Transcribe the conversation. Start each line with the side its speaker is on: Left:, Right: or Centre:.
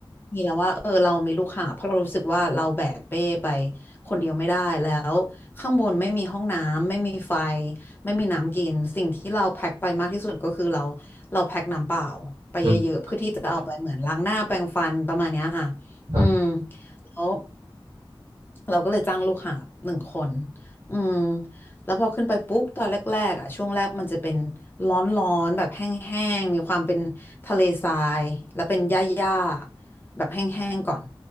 Left: มีแล้วว่าเออเรามีลูกหาบเพราะเรารู้สึกว่าเราแบกเป้ไปคนเดียวไม่ได้แล้วข้างบนไม่มีห้องน้ำไม่มีไฟไม่มีน้ำกินสิ่งที่เราแพ็คไปมากที่สุดก็คือเราเราแพ็คน้ำเปล่าไปเยอะๆเพื่อที่จะเอาไปเหมือนล้างหน้าแปรงฟันประมาณเนี้ยค่ะอืม
Right: อืมครับ
Left: แล้ว เราก็เลยจ้างลูกหาบหนึ่งคนอืมแล้วพอขึ้นไปปุ๊บตอนแรกๆอ่ะช่วงแรกมันจะเป็นร้อนๆแบบแห้งๆมีความเป็นทะเลทรายแล้วเป็นหญ้าๆแบบแห้งๆก่อน